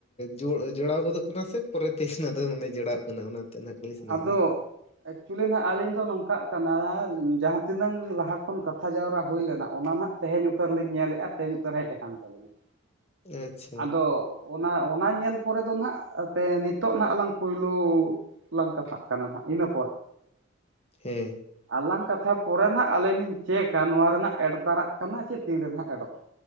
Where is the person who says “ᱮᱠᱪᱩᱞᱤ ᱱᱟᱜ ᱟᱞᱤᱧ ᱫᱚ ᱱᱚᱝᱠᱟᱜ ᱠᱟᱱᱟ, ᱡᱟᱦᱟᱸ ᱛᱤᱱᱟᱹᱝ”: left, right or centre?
Right